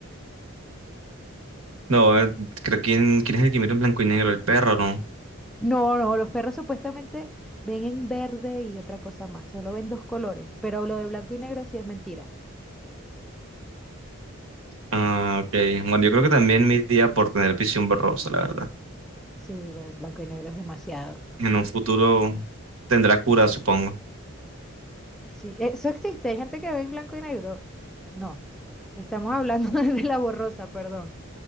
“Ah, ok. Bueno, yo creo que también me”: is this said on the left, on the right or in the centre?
Right